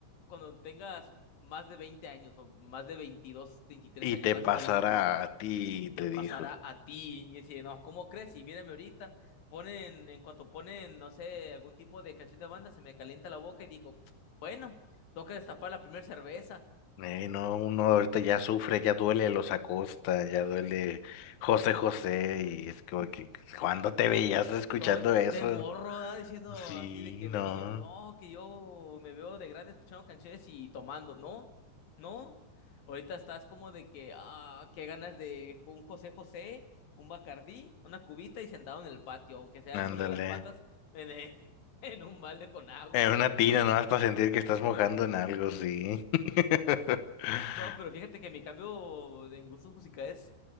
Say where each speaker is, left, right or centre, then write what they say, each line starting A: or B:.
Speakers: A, on the left; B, on the left.
A: cuando tengas más de 20 años o más de 22, 23
B: Y
A: años,
B: te
A: vas
B: pasará
A: a estar igual que yo.
B: a ti,
A: Y
B: te
A: te pasará
B: dijo.
A: a ti. Y yo decía, no, ¿cómo crees? Y mírame ahorita, ponen, en cuanto ponen, no sé, algún tipo de canción de banda, se me calienta la boca y dijo, bueno, toca destapar la primera cerveza.
B: "Ey, no, uno ahorita ya sufre, ya duele los Acosta, ya duele José José, y es como que, ¿cuándo te veías escuchando
A: Con,
B: eso?
A: de morro, ¿verdad? Diciendo
B: Sí,
A: así de que de
B: no,
A: niño, no, que yo me veo de grande escuchando canciones y tomando, ¿no? ¿No? Ahorita estás como de que, ah, qué ganas de un José José, un Bacardí, una cubita y sentado en el patio, aunque sea
B: ándale.
A: con las patas en, el- <laughs> en un balde con agua.
B: En una tina nomás para sentir que estás mojando en algo, sí. <laughs>
A: No, pero fíjate que mi cambio de- en gustos musicales